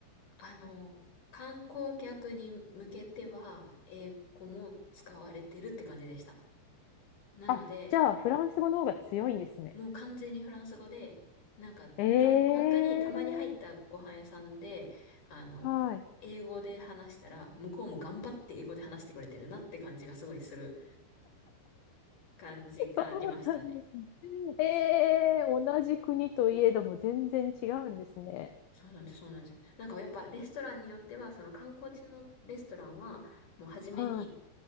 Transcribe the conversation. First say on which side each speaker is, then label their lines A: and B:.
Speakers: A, on the left; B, on the left.
A: あの、観光客に向けては、英語も使われてるって感じでした。なので、
B: あ、じゃあフランス語の方が強いんですね。
A: もう完全にフランス語で、なんか、
B: ええ
A: た、本当にたまに入ったご飯屋さんで、あの、
B: はい。
A: 英語で話したら、向こうも頑張って英語で話してくれてるなって感じがすごいする感じがありましたね。
B: そうなんですね。ええ同じ国といえども全然違うんですね。
A: そうなんです、そうなんです。なんかやっぱレストランによっては、その観光地のレストランは、もう初めに、
B: はい。